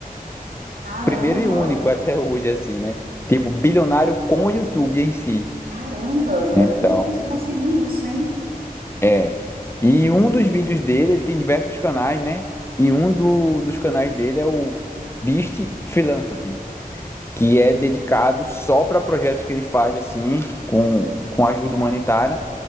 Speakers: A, on the right (about 75°); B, on the left (about 15°).
A: Caramba,
B: primeiro e único até hoje, assim, né? Tipo, bilionário com o YouTube em si.
A: caramba, e
B: Então,
A: é bem difícil conseguir isso, hein?
B: é. E um dos vídeos dele, ele tem diversos canais, né? E um do- dos canais dele é o Beast Philanthropy, que é dedicado só para projetos que ele faz, assim, com, com ajuda humanitária,